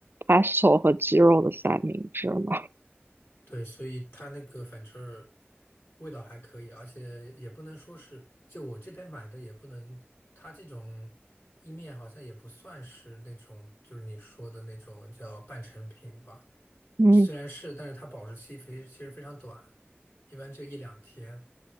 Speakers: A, on the right; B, on the left.
A: pesto 和鸡肉的三明治嘛。<laughs>
B: 对，所以它那个反正儿味道还可以，而且也不能说是，就我这边买的也不能，它这种意面好像也不算是那种，就是你说的那种叫半成品吧。
A: 嗯，
B: 虽然是，但是它保质期非其实非常短，一般就一两天，